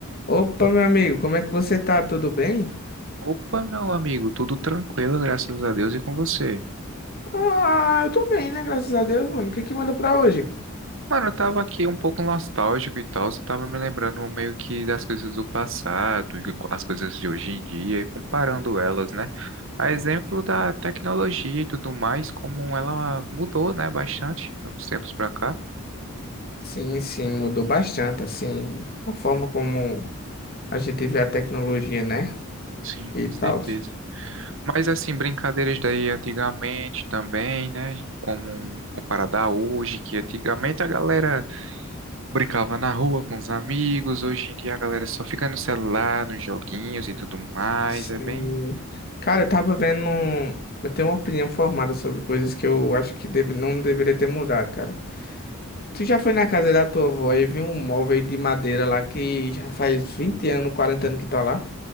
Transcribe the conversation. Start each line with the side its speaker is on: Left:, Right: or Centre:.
Left: Opa, meu amigo, como é que você tá? Tudo bem?
Right: Opa, meu amigo, tudo tranquilo, graças a Deus e com você.
Left: Ah, eu tô bem, né? Graças a Deus, mano. O que que manda pra hoje?
Right: Mano, eu tava aqui um pouco nostálgico e tal, você tava me lembrando meio que das coisas do passado, e co- as coisas de hoje em dia e comparando elas, né? A exemplo da tecnologia e tudo mais, como ela mudou, né, bastante de uns tempos pra cá.
Left: Sim, sim, mudou bastante, assim, a forma como a gente vê a tecnologia, né?
Right: Sim,
Left: E
Right: com
Left: tal.
Right: certeza. Mas assim, brincadeiras daí antigamente também, né? Como comparada a hoje, que antigamente a galera Brincava na rua com os amigos. Hoje em dia a galera só fica no celular, nos joguinhos e tudo mais.
Left: Sim.
Right: É bem.
Left: Cara, eu tava vendo. um, Eu tenho uma opinião formada sobre coisas que eu acho que deve... não deveria ter mudado, cara. Tu já foi na casa da tua avó e viu um móvel de madeira lá que já faz 20 anos, 40 anos que tá lá?